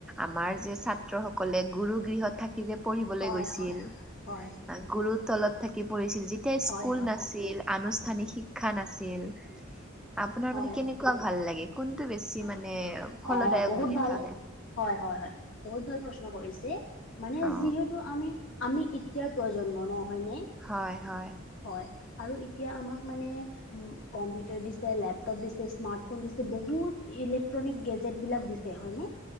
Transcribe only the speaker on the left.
হয়,
হয়, হয়,
হয়,
হয়,
হয়,
হয়,
অ',
অ, বহুত
ভাল,
হয় হয় হয়, বহুত ভাল প্ৰশ্ন কৰিছে? মানে যিহেতু-
যিহেতু আমি এতিয়াৰ প্ৰজন্ম নহয়নে।
হয় আৰু এতিয়া আমাক মানে- কম্পিউটাৰ দিছে, লেপটপ দিছে, স্মাৰ্ট ফোন দিছে, বহুত ইলেক্ট্ৰনিক গেজেট বিলাক দিছে। হয়নে,